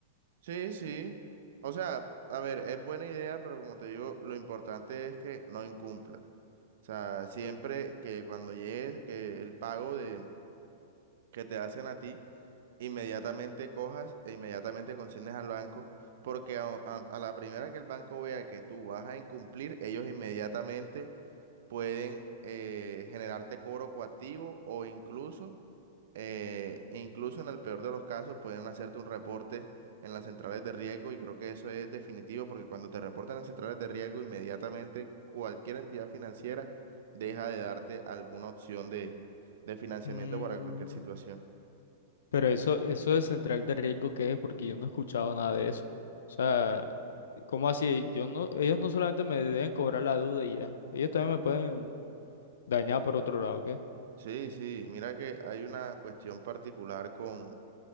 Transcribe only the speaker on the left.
Mm,
Pero eso, eso de central de riesgo, ¿qué es? Porque yo no he escuchado nada de eso. O sea, ¿cómo así? Yo no, ellos no solamente me deben cobrar la duda y ya, ellos también me pueden dañar por otro lado, ¿qué?